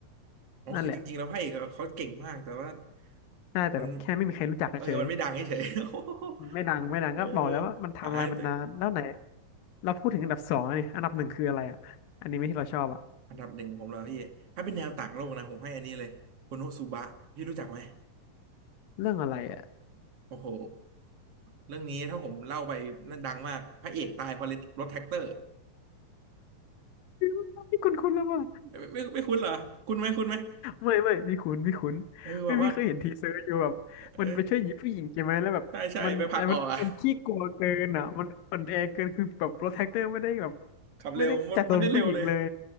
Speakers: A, on the right (about 45°); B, on the left (about 75°).
A: อ๋อคือจริงๆแล้วพระเอกอะเขาเก่งมากแต่ว่า
B: นั่นแหละน่าแต่แบบแค่ไม่มีใครรู้จักเฉย
A: มันเออมันไม่ดังเฉยๆ <laughs>
B: ไม่ดังไม่ดังก็บอกแล้วว่ามันไทำลายมันนานแล้วไหน
A: เออหาให้ตัวเอง
B: เราพูดถึงอันดับสองนี่อันดับหนึ่งคืออะไรอ่ะอันนี้ไม่ที่เราชอบอ่ะ
A: อันดับหนึ่งของผมแล้วพี่ถ้าเป็นแนวต่างโลกนะผมให้อันนี้เลยโคโนสุบะพี่รู้จักไหม
B: เรื่องอะไรอ่ะ
A: โอ้โห เรื่องนี้ถ้าผมเล่าไปน่าดังมากพระเอกตายเพราะรถแท็กเตอร์
B: <laughs> ไม่คุณคุณแล้วมั้
A: ไม่ไม่ไม่คุ้นเหรอคุณไหมคุ้นไหม
B: ไม่ไม่พี่คุ้นพี่คุ้นไม่พี่เคยเห็นทีเซอร์อยู่แบบมันไปช่วยหญิงผู้หญิงใช่ไหมแล้วแบบมันอะไรมันมันขี้กลัวเกินอ่ะมันอ่อนแอเกินคือแบบโปรเทคเตอร์ไม่ได้แบบ
A: เออแบบว่าเออใช่ใช่ไปผลักออกอ่ะขับเร็วมันมันได้เร็วเลย
B: ไม่ได้จัดโดนผู้หญิงเลย